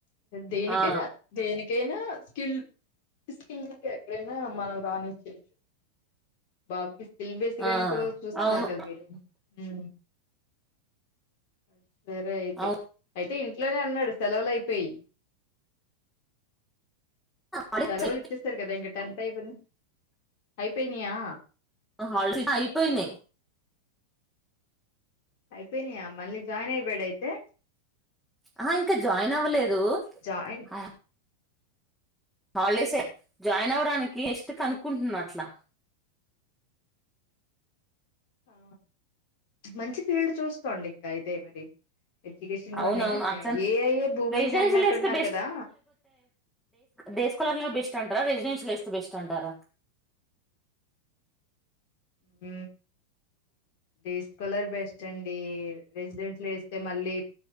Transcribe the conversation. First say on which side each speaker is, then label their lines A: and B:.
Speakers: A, on the left; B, in the centre.
A: దేనికైనా
B: ఆ
A: దేనికి ఐనా స్కిల్ స్కిల్ ఎక్కడైనా మనం రానిచచ్చు బాబ్ ఫిల్ బేస్ గాని
B: ఆ
A: కూడా చూస్తున్నారు
B: అవును
A: కదా మీరు హు అ <inaudible> సరే అయితే
B: అవును
A: ఐ అయితే ఇంట్లోనే వున్నాడు సెలవులయిపోయి
B: హాలిడేస్
A: సెలవులు ఇచ్చేస్తారు కదా ఇంక టెన్త్ అయిపోయిన అయిపోయినాయా
B: హాలిడేస్ అయిపోయినాయి
A: అయిపోయినయ మళ్ళీ జాయిన్ అయిపోయాడ అయితే
B: ఆ ఇంకా జాయిన్ అవ్వలేదు దు
A: జాయిన్
B: హ హాలిడేస్ ఏ జాయిన్ అవడానికి నెక్స్ట్ కనుక్కుంటున్న అట్లా
A: ఆ మంచి ఫీల్డ్ చూస్కోండి ఇంకా అయితే మరి ఎడ్యుకేషన్
B: అవునవును
A: లోని
B: అట్లా
A: ఏఐఏ భూమింగ్
B: రెసిడెన్షియల్
A: అన్నట్టున్నారు
B: వేస్తే
A: కదా
B: డేస్ కలార్ బెస్ట్ అంటారా రెసిడెన్షియల్ వేస్తే బెస్ట్ అంటారా
A: ఉ డేస్ కోలర్ బెస్ట్ అండి రెసిడెన్స్లు వేస్తే మళ్ళీ